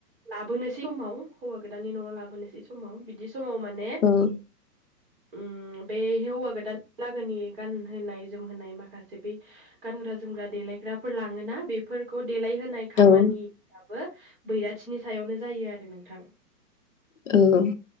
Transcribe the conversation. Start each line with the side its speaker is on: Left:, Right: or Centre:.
Right: लाबोनोसै समाव हौवा गोदानानि न'आव लाबोनोसै समाव बिदि समाव माने
Left: ओ औ
Right: उ बे हौवा गोदान लागोनि गानहोनाय जोमहोनाय माखासे बे गानग्रा जोमग्रा देलायग्राफोर लाङोना बे फोरखौ देलायहोनाय खामानियाबो
Left: औ
Right: बैराथिनि सायावनो जायो आरो नोंथां।
Left: औ